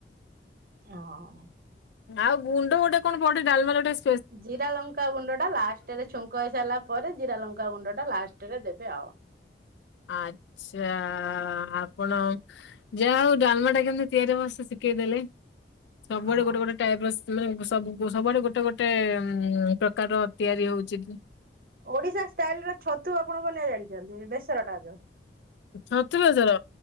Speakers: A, on the right; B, on the left.
A: ଅଁ।
B: ଆଉ ଗୁଣ୍ଡ ଗୋଟେ କଣ ପଡେ, ଡାଲମାଲରେ ଗୋଟେ ସେ
A: ଜିରା ଲଙ୍କା ଗୁଣ୍ଡ ଟା ଲାଷ୍ଟରେ ଛୁଙ୍କ ହେଇ ସାଇଲା ପରେ ଜିରା ଲଙ୍କା ଗୁଣ୍ଡ ଟା ଲାଷ୍ଟରେ ଦେବେ ଆଉ।
B: ଆଚା-ଆ ଆପଣ ଯାହାହଉ ଡାଲମାଟା କେମିତି ତିଆରି ହବ, ସି ଶିକେଇଦେଲେ। ସବୁବେଳେ
A: ହଁ।
B: ଗୋଟେ ଗୋଟେ ଟାଇପ୍ର ସି ମାନେ ସବୁ ସବୁଆଡେ ଗୋଟେ ଗୋଟେ ଉଁ ପ୍ରକାରର ତିଆରି ହଉଚି।
A: ଓଡିଶା ଷ୍ଟାଇଲରେ ଛତୁ ଆପଣ ବନେଇବା ଜାଣିଚନ୍ତି, ବେସରଟା ଜଉ।
B: ଛତୁ ବେସର!